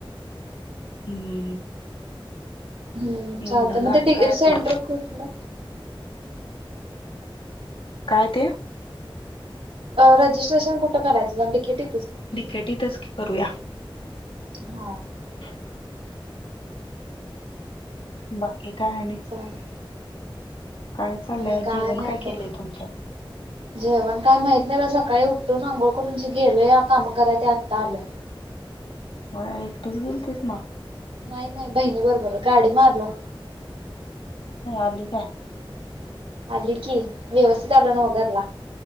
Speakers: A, on the left; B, on the right.
A: हम्म
B: हं
A: एवढं
B: चालत मग
A: आणि
B: ते डिग्रीचं
A: काय आठव
B: सेंटर कुठलं?
A: काय ते?
B: रजिस्ट्रेशन कुठं करायचं तिकिटे?
A: बिकेटीतच की करूया
B: हा.
A: <inaudible> बाकी काय आणि.
B: चालेल
A: काय चाललंय
B: आणि
A: जेवण
B: नाही
A: काय केलंय
B: बघ
A: तुमच्यात?
B: जेवण काय माहित नाही बाई सकाळी उठून अंघोळ करून जे गेलो. या काम कराय ते आत्ता आलो.
A: हो एकटीच गेलतीस मग
B: नाही नाही बहिणी बरोबर गाडी मारलो.
A: आली काय?
B: आली की व्यवस्थित आलो ना घरला